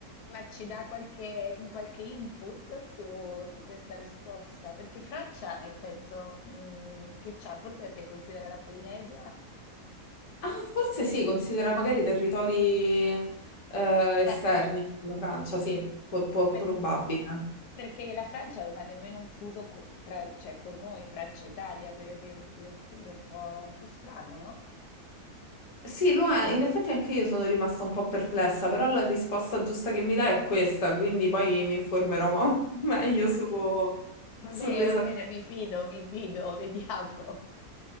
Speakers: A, on the left; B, on the left.
A: Ma ci dà qualche, qualche input su, su questa risposta? Perché Francia, nel senso mh, che c'ha, forse perché considera la Polinesia,
B: Ah, forse sì, considera magari territori eh, esterni
A: eh,
B: alla Francia, sì, può, può-
A: per-
B: probabile.
A: perché la Francia non ha nemmeno un fuso co- tra- cioè, con noi, Francia e Italia, per esempio, quindi è un po', un po' strano, no?
B: Sì, lo è. In effetti anche io sono rimasta un po' perplessa, però la risposta giusta che mi dà è questa, quindi poi mi informerò mo- <laughs>
A: <laughs>
B: meglio su,
A: Va
B: sull'esattezza.
A: bene, va bene, mi fido, mi fido, <laughs> vediamo.